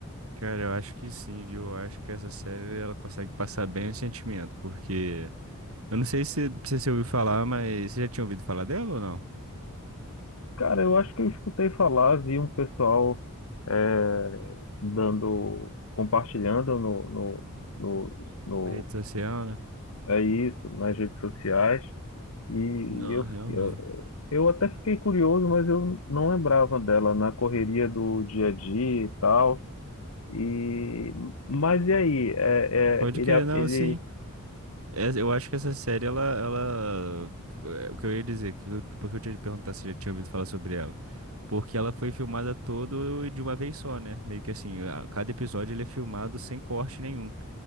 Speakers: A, on the right; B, on the left.
A: cara, eu acho que sim, viu? Eu acho que essa série ela consegue passar bem o sentimento, porque eu não sei se, se você ouviu falar, mas você já tinha ouvido falar dela ou não?
B: Cara, eu acho que eu escutei falar, vi um pessoal é, dando, compartilhando no, no, no, no,
A: Na rede social, né?
B: é isso, nas redes sociais. E
A: Não,
B: eu,
A: realmente.
B: eu, eu até fiquei curioso, mas eu não lembrava dela na correria do dia a dia e tal. E, mas e aí? É,
A: Pode
B: é, ele,
A: querer, não,
B: ele,
A: sim. Essa- Eu acho que essa série, ela, ela... é, O que eu ia dizer, que eu, porque eu tinha te perguntar se já tinha ouvido falar sobre ela. Porque ela foi filmada todo e de uma vez só, né? Meio que assim, a- cada episódio ele é filmado sem corte nenhum.